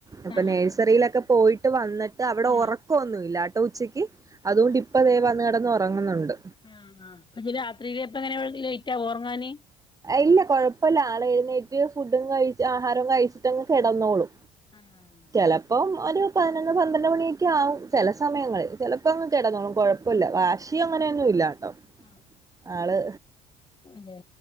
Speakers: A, on the right; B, on the left.
A: അപ്പൊ
B: ആ ആ
A: നേഴ്സറിയിലൊക്കെ. പോയിട്ട് വന്നു. ഇത് അവിടെ
B: ആ
A: ഉറക്കം ഒന്നും ഇല്ലാട്ടോ ഉച്ചയ്ക്ക്, അതുകൊണ്ട് ഇപ്പോ ദേ വന്ന് കിടന്ന് ഉറങ്ങുന്നുണ്ട്.
B: ആഹ് ആഹ് ഇജ്ജ് രാത്രിയില് എപ്പോ എങ്ങനെ ലേറ്റ് ആവോ ഉറങ്ങാന്.
A: ഇല്ല കുഴപ്പമില്ല ആള് എഴുന്നേറ്റ് ഫുഡും കഴിച്ചു ആഹാരം കഴിച്ചിട്ട് അങ്ങ് കിടന്നോളൂ.
B: ആഹ്
A: ചിലപ്പോ ഒരു പതിനൊന്ന് പന്ത്രണ്ട് മണിയൊക്കെ ആവും ചില സമയങ്ങളിൽ, ചിലപ്പോ അങ്ങ് കിടന്നോളും കു ഴപ്പമില്ല വാശി അങ്ങനെയൊന്നും ഇല്ലാട്ടോ.
B: ആഹ്
A: ആള്
B: അതെ.